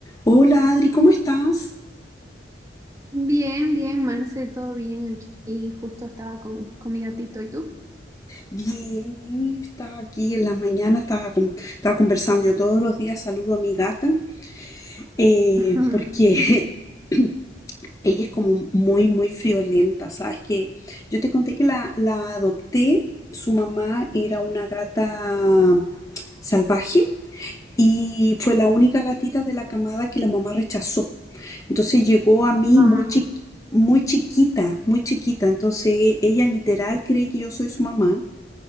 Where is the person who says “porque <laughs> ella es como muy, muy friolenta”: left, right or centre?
Left